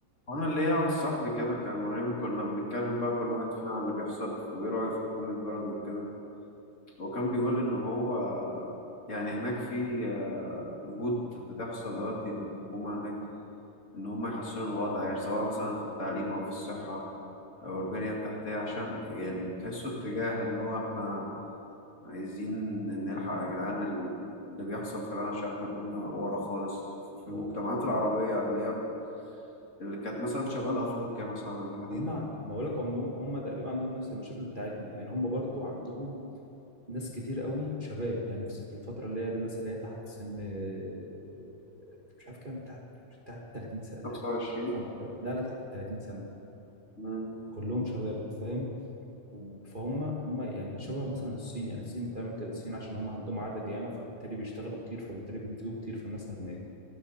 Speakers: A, on the left; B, on the right.
A: وأنا اللي ليا واحد صاحبي كده كان مغربي كنا بنتكلم بقى كل واحد فينا على اللي بيحصل وإيه رأيه في حكومة بلده وكده وكان بيقول إن هو يعني هناك في آه، جهود بتحصل دلوقتي من الحكومة هناك إن هم يحسنوا الوضع يعني سواء مثلا في التعليم أو في الصحة أو البنية التحتية عشان يعني تحسوا اتجاه إن هو إحنا عايزين نلحق يا جدعان اللي بيحصل في العالم عشان إحنا كنا ورا خالص في
B: م-
A: المجتمعات العربية اللي هي اللي كانت مثلا شمال أفريقيا مثلا تحديدا
B: هم ما بقول لك هم هم تقريبا عندهم نفس المشاكل بتاعتنا يعني هم برضو عندهم ناس كتير قوي شباب يعني نفسي في الفترة اللي هي الناس اللي هي تحت سن آه، آه، مش عارف كام تحت مش تحت 30 سنة تقريبا
A: 25
B: خم- لا لا تحت ال 30 سنة
A: مم.
B: كلهم شباب فاهم و- فهم هم يعني شبه مثلا الصين يعني الصين بتعمل كده الصين عشان هم عندهم عدد ياما فبالتالي بيشتغلوا كتير فبالتالي بينتجوا كتير فالناس أغنياء